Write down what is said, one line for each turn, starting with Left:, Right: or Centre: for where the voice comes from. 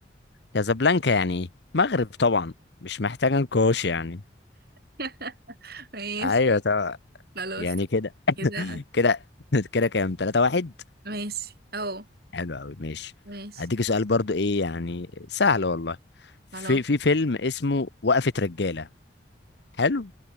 Left: كازابلانكا يعني ايه مغرب طبعا مش محتاجه نقاش يعني
Right: <laughs> ماشي
Left: ايوه طبعا
Right: خلاص
Left: يعني كده
Right: كده
Left: <laughs> كده كده كام 3 1
Right: ماشي اه
Left: حلو قوي ماشي
Right: ماشي
Left: هديك سؤال برضو ايه يعني سهل والله
Right: خلاص
Left: في في فيلم اسمه وقفة رجالة حلو